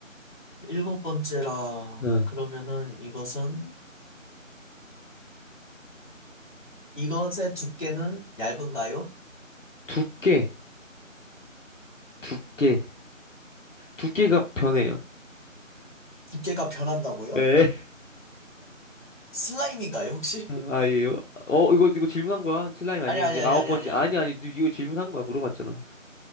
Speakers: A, on the left (about 35°); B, on the left (about 65°).
A: 일곱 번째라.
B: 어.
A: 그러면은 이것은, 이것의 두께는 얇은가요?
B: 두께, 두께, 두께가 변해요.
A: 두께가 변한다고요?
B: 예.
A: 슬라임인가요, 혹시?
B: 아,
A: <laughs>
B: 아니에요? 어, 이거, 이거 질문한 거야? 슬라임 아니에요?
A: 아니, 아니,
B: 이제
A: 아니,
B: 아홉
A: 아니,
B: 번째.
A: 아니, 아니.
B: 아니, 아니, 너 이거 질문한 거야? 물어봤잖아.